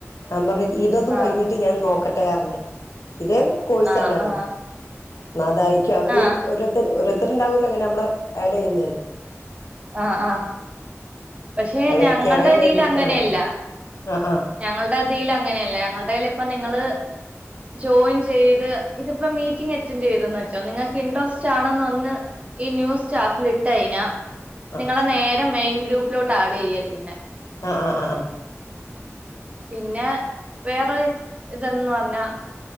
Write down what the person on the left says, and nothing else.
ഞാൻ പർഞ്ഞ് ഇതൊന്നു
കയ്ഞ്ഞിട്ട് ഞാൻ നോക്കട്ടെന്ന് അർഞ് ഇതേ കോഴ്സ്
ന്നെണ്
എന്ന അതായിരിക്കും അവര്
ഒരുരുത്തര് ഓരോരുത്തരുണ്ടാവോല്ലോ ഇങ്ങനെ നമ്മളെ ആഡ്യ്യ്ന്നെ
അല്ല
എനിക്കറിയാൻ
വേണ്ടിട്ടാണ്
ആഹ്
ആഹ്
ആഹ് ആഹ് ആഹ്